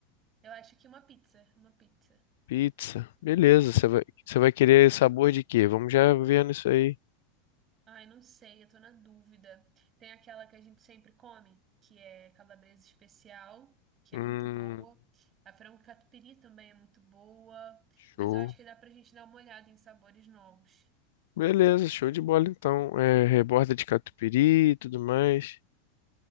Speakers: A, on the right; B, on the left.
A: Eu acho que uma pizza. Uma pizza.
B: pizza. Beleza, você vai, você vai querer sabor de quê? Vamos já vendo isso aí.
A: Ai, não sei, eu tô na dúvida. Tem aquela que a gente sempre come, que é calabresa especial, que
B: Hum,
A: é muito boa. A frango catupiry também é muito boa, mas
B: show.
A: eu acho que dá pra gente dar uma olhada em sabores novos.
B: Beleza, show de bola então. É, reborda de catupiry e tudo mais.